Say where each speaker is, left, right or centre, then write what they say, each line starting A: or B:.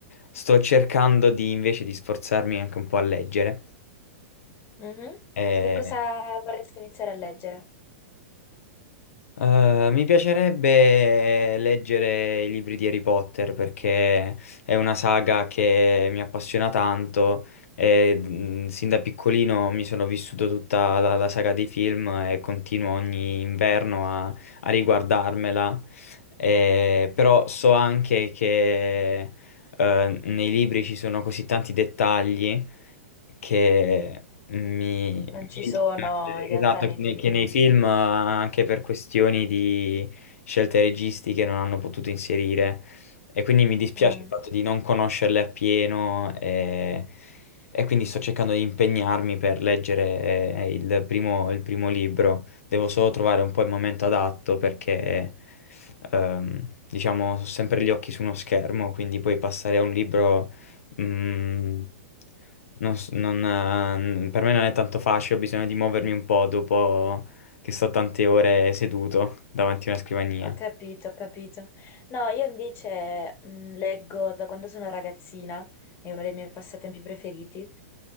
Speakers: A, on the left; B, on the left.
A: Sto cercando di invece di sforzarmi anche un po' a leggere.
B: Mhm.
A: eh,
B: Che cosa vorresti iniziare a leggere?
A: Eh, mi piacerebbe leggere i libri di Harry Potter perché è una saga che mi appassiona tanto e mh, sin da piccolino mi sono vissuto tutta la, la saga dei film e continuo ogni inverno a, a riguardarmela. Eh, però so anche che eh, nei libri ci sono così tanti dettagli che mi,
B: Non ci
A: mi
B: sono
A: dispiace,
B: in realtà
A: esatto,
B: nei
A: che nei,
B: film.
A: che nei film, eh, anche per questioni di scelte registiche, non hanno potuto inserire. E quindi mi dispiace
B: Mm.
A: il fatto di non conoscerle appieno e, e quindi sto cercando di impegnarmi per leggere eh, eh, il primo, il primo libro. Devo solo trovare un po' il momento adatto perché, ehm, diciamo, ho sempre gli occhi su uno schermo, quindi poi passare a un libro... Mm, non s- non, eh, per me non è tanto facile, ho bisogno di muovermi un po' dopo che sto tante ore seduto davanti a una scrivania.
B: Ho capito, ho capito. No, io invece mh, leggo da quando sono ragazzina, è uno dei miei passatempi preferiti.